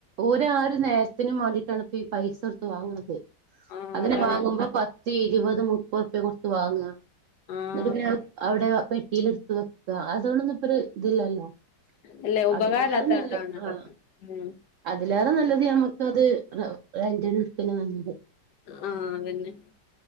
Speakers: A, on the right; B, on the left.
A: ഓരോയാര് നേരത്തിന് മാണ്ടിട്ടാണിപ്പോപൈസ കൊടുത്തു വാങ്ങണത്.
B: ആഹ്
A: അതിന്
B: അതാണ്
A: മാങ്ങുമ്പം പത്തീ ഇരുപ്പതും മുപ്പറുപ്പിയും കൊടുത്ത് വാങ്ങാ
B: ആഹ്
A: ന്നട്ട് പിന്നെ അത് അത് പെട്ടിലെടുത്ത് വെക്കാ അതുകൊണ്ടൊന്നുയിപ്പരുതില്ലല്ലോ.
B: അല്ലെ ഉപകാരല്ലാത്ത
A: അതേലേറെ നല്ലത്
B: ഇതാണ്
A: ആ
B: അതൊക്കെ ഉം
A: അതിലേറെ നല്ലത് നമ്മക്ക് അത് റെന്റിനു ഇടക്കന്നെ നല്ലത്
B: ആഹ് അതന്നെ.